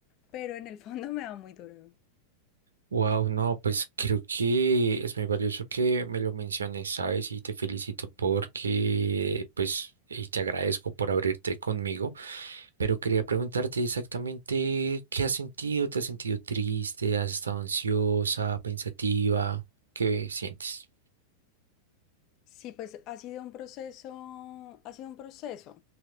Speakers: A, on the left (about 40°); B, on the right (about 70°).
A: pero en el fondo <laughs> me da muy duro.
B: Wow, no, pues creo que es muy valioso que me lo menciones, ¿sabes? Y te felicito porque, pues, y te agradezco por abrirte conmigo, pero quería preguntarte exactamente qué has sentido, ¿te has sentido triste? ¿Has estado ansiosa, pensativa? ¿Qué sientes?
A: Sí, pues ha sido un proceso, ha sido un proceso,